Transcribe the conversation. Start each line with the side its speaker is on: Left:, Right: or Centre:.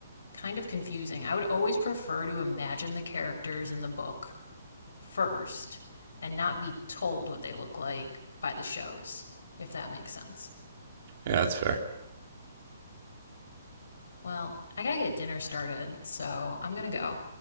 Left: kind of confusing. I would always prefer to imagine the characters in the book first and not be told what they look like by the shows, if that makes sense.
Right: Yeah, that's fair.
Left: Well, I gotta get dinner started, so I'm gonna go.